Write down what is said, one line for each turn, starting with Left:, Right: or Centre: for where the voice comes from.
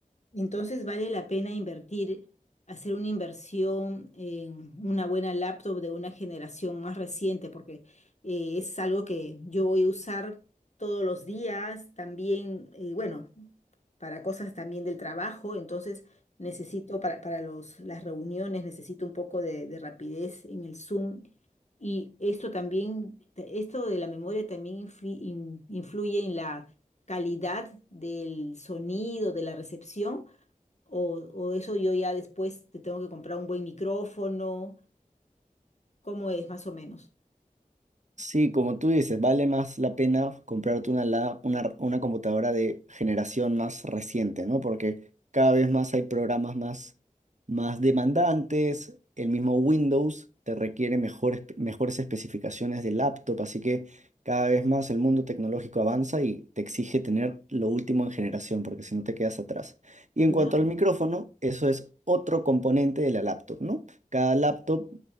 Left: Entonces vale la pena invertir, hacer una inversión en una buena laptop de una generación más reciente, porque eh, es algo que yo voy a usar todos los días, también, eh, bueno, para cosas también del trabajo, entonces necesito para, para los, las reuniones, necesito un poco de, de rapidez en el Zoom. Y esto también, esto de la memoria también influ- in- influye en la calidad del sonido, de la recepción o, o eso yo ya después te tengo que comprar un buen micrófono. ¿Cómo es más o menos?
Right: Sí, como tú dices, vale más la pena comprarte una, la- una, una computadora de generación más reciente, ¿no? Porque cada vez más hay programas más, más demandantes, el mismo Windows te requiere mejores, mejores especificaciones de laptop, así que cada vez más el mundo tecnológico avanza y te exige tener lo último en generación, porque si no te quedas atrás. Y en
Left: Claro.
Right: cuanto al micrófono, eso es otro componente de la laptop, ¿no? Cada laptop